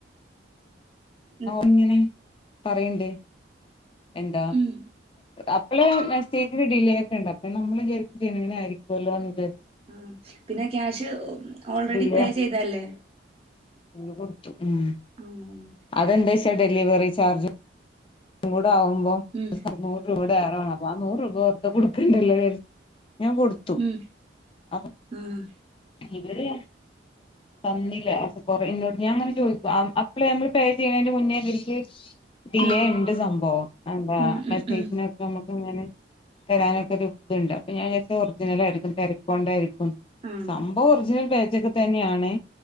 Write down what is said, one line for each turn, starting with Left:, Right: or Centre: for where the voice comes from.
Right: ഉം
Left: എങ്ങനെ പറയിണ്ട് എന്താ
Right: ഉം
Left: അപ്പളെ മെസ്സേജിന് ഡിലേ ആക്കണ്ട് അപ്പൊ നമ്മള് വിചാരിക്കും ഇങ്ങനെ ആയിരിക്കുമല്ലോന്ന് വിചാരി
Right: ആ പിന്നെ ക്യാഷ് ഓൾറെഡി
Left: ഡിലേ
Right: പേ ചെയ്തത് അല്ലേ
Left: <unintelligible> ഉം
Right: ആഹ്
Left: അതെന്താ വെച്ചാ ഡെലിവറി ചാർജ് <unintelligible> <unintelligible> <unintelligible>
Right: ഉം
Left: ആ നൂറ് രൂപ ഓർത്താ കൊടുക്കണ്ടല്ലേ ഞാൻ കൊടുത്തു
Right: ഉം
Left: അ
Right: ആഹ്
Left: ഇവര് തന്നില്ല കൊറേ ഇങ്ങോട്ട് ഞാൻ അങ്ങനെ ചോദിക്കും അപ്പള് നമ്മൾ പേ ചെയ്യണതിന്റെ മുന്നേ ഇവർക്ക് <unintelligible>
Right: ഉം
Left: സംഭവം എന്താ
Right: ഉം
Left: മെസ്സേജിനൊക്കെ
Right: ഉം ഉം
Left: നമുക്ക് ഇങ്ങനെ തരാനൊക്കെ ഒരു ഇതിണ്ട് അപ്പൊ ഞാൻ വിചാരിച്ചു ഒറിജിനൽ ആയിരിക്കും തിരക്ക് കൊണ്ടായിരിക്കും
Right: ആഹ്
Left: സംഭവം ഒറിജിനൽ പേജ് ഒക്കെ തന്നെയാണ്